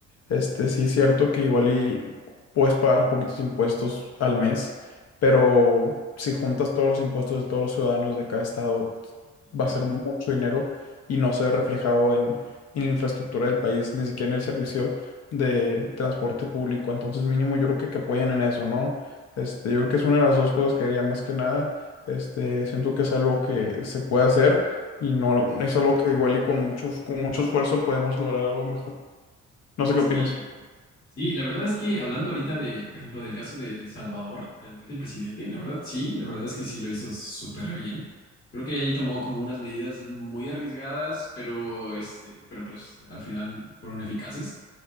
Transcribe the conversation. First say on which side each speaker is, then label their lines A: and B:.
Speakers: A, on the left; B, on the left.
A: este, sí es cierto que igual y puedes pagar poquitos impuestos al mes, pero si juntas todos los impuestos de todos los ciudadanos de cada estado,
B: Sí, claro.
A: va a ser mucho dinero y no se ve reflejado en, en la infraestructura del país, ni siquiera en el servicio de transporte público. Entonces mínimo yo creo que, que apoyen en eso, ¿no? Este, yo creo que es una de las dos cosas que haría más que nada. Este, siento que es algo que se puede hacer y no algo- es algo que igual y con mucho, con mucho esfuerzo podemos lograr algo mejor. No sé
B: Sí,
A: qué opinas.
B: sí, la verdad es que hablando ahorita de, por ejemplo, del caso de, de El Salvador, de lo que es el presidente, la verdad sí, la verdad es que sí lo hizo súper bien. Creo que ahí tomó como unas medidas muy arriesgadas, pero este, pero pues al final fueron eficaces.